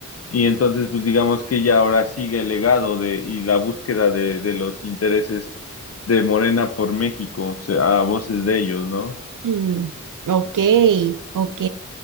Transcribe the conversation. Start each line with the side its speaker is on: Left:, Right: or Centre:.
Left: Y entonces, pues digamos que ella ahora sigue el legado de, y la búsqueda de, de los intereses de Morena por México, o sea, a voces de ellos, ¿no?
Right: Mm, ok, ok,